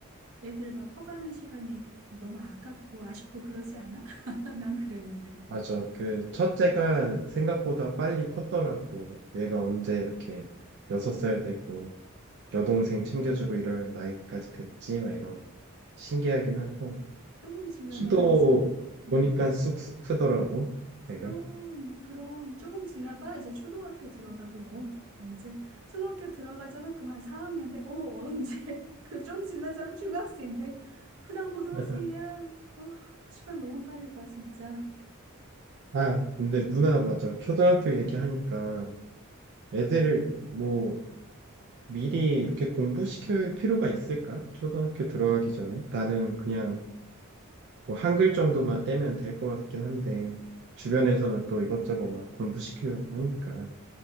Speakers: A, on the right (about 75°); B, on the right (about 55°).
A: 애들 막 커가는 시간이 너무 아깝고 아쉽고 그러지 않아? <laughs> 난 그랬는데.
B: 맞아. 그 첫째가 생각보다 빨리 컸더라고. 얘가 언제 이렇게 여섯 살 되고 여동생 챙겨주고 이럴 나이까지 됐지? 막 이런 신기하긴 하고
A: 조금 지나봐라
B: 키도
A: 이제. 음.
B: 보니까 쑥쑥 크더라고.
A: 그럼,
B: 얘가.
A: 그럼, 조금 지나봐. 이제 초등학교 들어가. 그럼, 어, 언제? 초등학교 들어가잖아. 그럼 한 4학년 돼. 어, 언제? <laughs> 그 좀 지나잖아. 중학생 돼. 그 다음 고등학생이야.
B: <laughs>
A: 어, 시간 너무 빨리 가, 진짜.
B: 아, 근데 누나 맞아. 초등학교 얘기하니까 애들을 뭐 미리 이렇게 공부시킬 필요가 있을까? 초등학교 들어가기 전에. 나는 그냥 뭐 한 글 정도만 떼면 될 것 같긴 한데, 주변에서는 또 이것저것 막 공부시키려고 하니까.